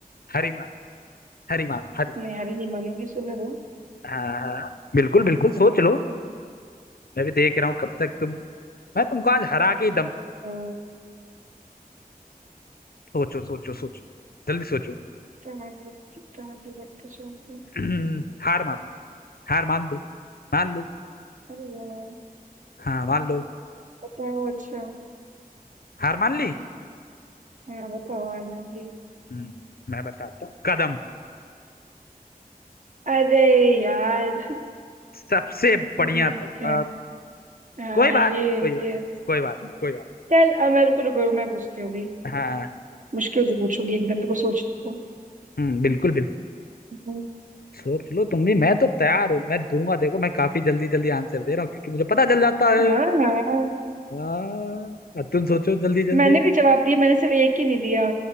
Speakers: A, on the left; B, on the right.
A: हरी मार हरी मार हरी
B: नहीं हरी नहीं मानूंगी सुनने दो
A: हाँ हाँ बिल्कुल बिल्कुल सोच लो मैं भी देख रहा हूँ कब तक तुम मैं तुमको आज हरा के ही दम
B: हाँ,
A: सोचो सोचो सोचो जल्दी सोचो
B: तो आगे तो आगे बढ़ते जाओगे
A: <clears throat> हार मान हार मान लो मान लो
B: अरे यार
A: हाँ मान लो
B: बताओ अच्छा
A: हार मान ली
B: हाँ बताओ हार मान ली
A: हम्म, मैं बताता हूँ कदम
B: अरे यार
A: सबसे बढ़िया
B: अरे
A: था
B: यार
A: आ,
B: हाँ
A: कोई बात
B: ये
A: नहीं कोई बात
B: ये
A: कोई बात नहीं कोई बात
B: चल अब मेरे को रुको मैं पूछती हूँ अभी
A: नहीं। हाँ
B: मुश्किल से पूछूंगी एकदम तेरे को सोच को
A: हम्म, बिल्कुल बिल्कुल
B: हम्म,
A: सोच लो तुम भी मैं तो तैयार हूँ मैं दूंगा देखो मैं काफी जल्दी जल्दी आंसर दे रहा हूँ क्योंकि मुझे पता चल जाता है
B: हाँ हाँ
A: हाँ अब तुम सोचो जल्दी जल्दी
B: मैंने भी जवाब दिया मैंने सिर्फ एक ही नहीं दिया